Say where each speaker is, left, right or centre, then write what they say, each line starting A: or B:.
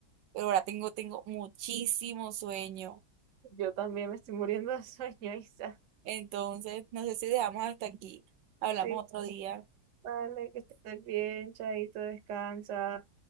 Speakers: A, on the right (about 80°); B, on the right (about 55°).
A: pero ahora tengo, tengo muchísimo sueño.
B: Yo también me estoy muriendo de <laughs> sueño, Isa.
A: Entonces, no sé si dejamos hasta aquí. Hablamos
B: Sí,
A: otro día.
B: vale, que estés bien, chaito, descansa.